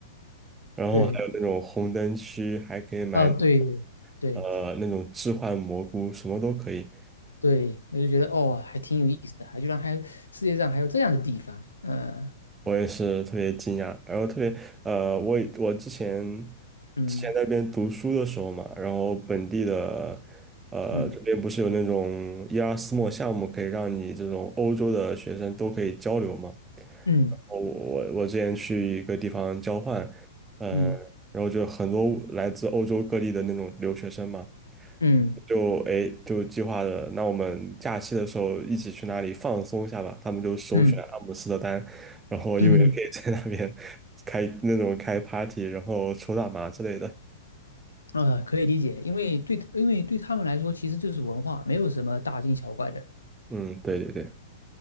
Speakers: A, on the right; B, on the left.
A: 然后还有那种红灯区，
B: 对
A: 还可以买那种
B: 啊，对对对，
A: 呃那种置换蘑菇，什么都可以。
B: 对，我就觉得哦，还挺有意思的，还居然还有世界上还有这样的地方，呃，
A: 我也是特别惊讶，然后特别呃，我也我之前
B: 嗯
A: 之前在那边读书的时候嘛，然后本地的呃这边不是有那种伊拉斯莫项目，
B: 嗯
A: 可以让你这种欧洲的学生都可以交流嘛。
B: 嗯
A: 然后我我之前去一个地方交换，嗯、
B: 嗯
A: 然后就很多来自欧洲各地的那种留学生嘛，
B: 嗯
A: 就哎就计划的，那我们假期的时候一起去哪里放松一下吧。他们就首选阿姆斯特丹，
B: 嗯
A: 然后因为可以在那边
B: 嗯，
A: 开那种开 party，然后抽大麻之类的。
B: 呃，可以理解，因为对，因为对他们来说，其实就是文化，没有什么大惊小怪的。
A: 嗯，对对对，